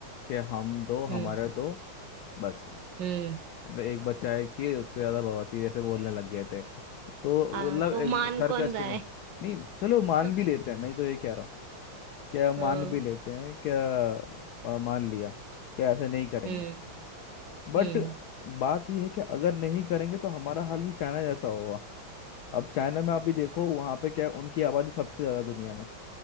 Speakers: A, on the left; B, on the right.
A: कि हम दो
B: हम्म
A: हमारे दो बस
B: हम्म
A: तो एक बच्चा है कि उससे ज्यादा बवासीर ऐसे बोलने लग गए थे तो
B: हाँ
A: मतलब
B: तो
A: एक
B: मान
A: सरकास्टिक
B: कौन रहा है
A: नहीं चलो मान
B: <laughs>
A: भी लेते हैं मैं तो ये कह रहा हूँ क्या मान
B: हम्म
A: भी लेते हैं क्या आ, मान लिया क्या ऐसे नहीं करेंगे
B: हम्म
A: बट
B: हम्म
A: बात यह है कि अगर नहीं करेंगे तो हमारा हाल भी चाइना जैसा होगा अब चाइना में आप भी देखो वहाँ पे क्या है, उनकी आबादी सबसे ज़्यादा दुनिया में